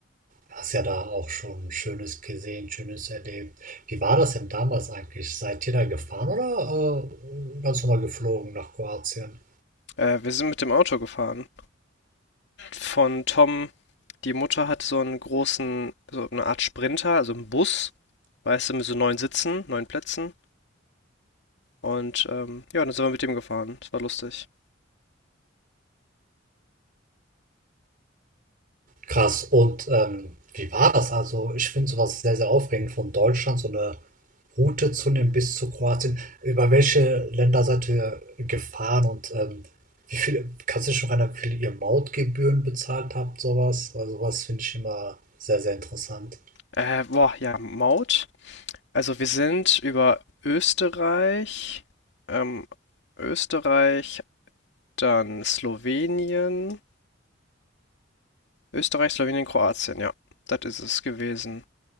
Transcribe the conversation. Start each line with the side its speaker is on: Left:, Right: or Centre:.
Right: hast ja da auch schon Schönes gesehen, Schönes erlebt. Wie war das denn damals eigentlich? Seid ihr da gefahren oder äh, ganz normal geflogen nach Kroatien?
Left: Äh, wir sind mit dem Auto gefahren. Von Tom, die Mutter hat so einen großen, so eine Art Sprinter, also einen Bus, weißt du, mit so neun Sitzen, neun Plätzen. Und ähm, ja, dann sind wir mit dem gefahren. Das war lustig.
Right: Krass. Und ähm, wie war das? Also, ich finde sowas sehr, sehr aufregend, von Deutschland so eine Route zu nehmen bis zu Kroatien. Über welche Länder seid ihr gefahren und ähm, wie viel, kannst du dich noch erinnern, wie viel ihr Mautgebühren bezahlt habt, sowas? Also, was finde ich immer sehr, sehr interessant.
Left: Äh, boah, ja, Maut. Also wir sind über Österreich, ähm, Österreich, Dann Slowenien, Österreich, Slowenien, Kroatien, ja. Das ist es gewesen.